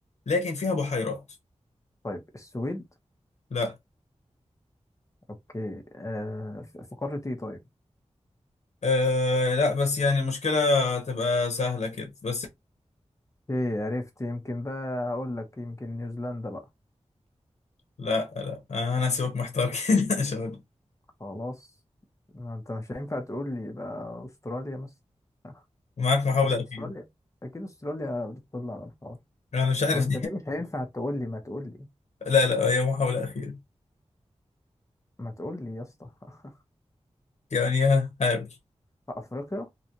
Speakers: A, on the left (about 80°); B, on the left (about 25°).
A: لكن فيها بحيرات
B: طيب السويد
A: لا
B: اوكي آه في في قارة ايه طيب
A: أه لا بس يعني المشكلة تبقى سهلة كده بس
B: ايه عرفت يمكن بقى هقول لك يمكن نيوزيلندا بقى
A: لا لا آه، أنا هسيبك محتار كده <laughs> إن شاء الله
B: خلاص ما انت مش هينفع تقول لي بقى استراليا مثلا آه،
A: معاك محاولة
B: بس استراليا
A: أخيرة
B: اكيد استراليا بتطل على الحوار
A: أنا مش عارف
B: طب انت ليه مش هينفع تقول لي ما تقول لي
A: <laughs> لا لا هي محاولة أخيرة
B: ما تقول لي يا اسطى <laughs>
A: يعني ها حاول
B: في افريقيا